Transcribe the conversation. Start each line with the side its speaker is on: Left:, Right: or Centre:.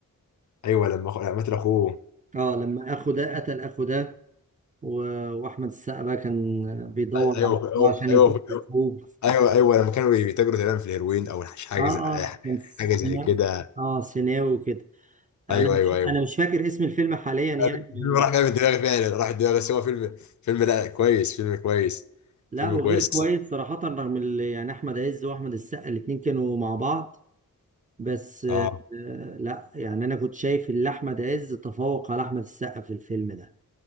Left: ايوه لما أخو... لما قتل اخوه
Right: اه لما اخو ده قتل اخو ده و- واحمد السقا بقى كان بيدور
Left: ايوه
Right: على أخوه
Left: ايوه
Right: عشان
Left: ايوه
Right: ينتقم من اخوه
Left: ايوه ايوه أيوة. لما كانوا بيتاجروا تقريبا في الهيروين او حاجه
Right: اه اه
Left: زي
Right: كان سيناوي
Left: حاجه زي كده
Right: اه سيناوي وكده انا
Left: ايوه ايوه
Right: مش
Left: ايوه
Right: انا مش فاكر اسم الفيلم حاليا يعني
Left: الفيلم راح
Right: مش-
Left: جاي من دماغي فعلا راح من دماغي بس هو فيلم فيلم لا كويس فيلم كويس
Right: لا
Left: فيلم
Right: وغير
Left: كويس
Right: كويس صراحة رغم ال- يعني احمد عز واحمد السقا الاتنين كانوا مع بعض بس آه
Left: اه
Right: لا يعني انا كنت شايف ان احمد عز تفوق على احمد السقا في الفيلم ده